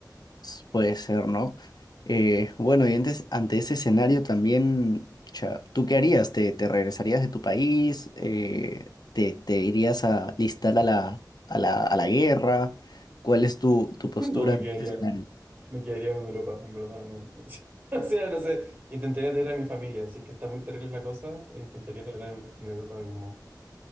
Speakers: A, on the left; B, on the right.
A: S- Puede ser, ¿no? Eh, bueno, y antes, ante ese escenario también, cha, ¿tú qué harías? ¿Te, te regresarías de tu país? Eh, ¿te, te irías a listar a la, a la, a la guerra? ¿Cuál es tu, tu postura
B: No, me
A: ante
B: quedaría,
A: este escenario?
B: me quedaría en Europa, en verdad, no. no sé. <laughs> O sea, no sé, intentaría tener a mi familia, así que está muy terrible la cosa, eh, intentaría tener a mi familia en Europa de algún modo.